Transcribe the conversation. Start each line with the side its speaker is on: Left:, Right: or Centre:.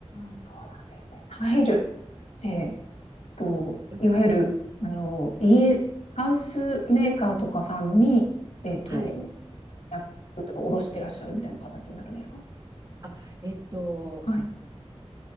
Left: あ、そうなんですね。タイル。えーっと、
Right: うん
Left: いわゆる、あの、家、ハウスメーカーとかさんに、えーっと、
Right: はい。
Left: やっとか、おろしてらっしゃるみたいな形になるんですか
Right: あ、えっと、
Left: はい。